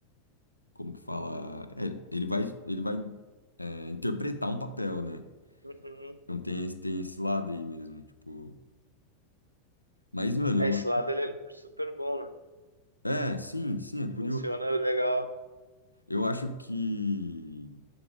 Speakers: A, on the left; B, on the right.
A: como que fala? É, ele vai, ele vai, é, interpretar um papel, né?
B: Uhum.
A: Não tem, esse- tem esse lado aí mesmo, tipo... Mas, mano,
B: É, esse
A: eu...
B: lado ele é super bom, né?
A: É, sim, sim, é curioso.
B: Funciona legal.
A: Eu acho que,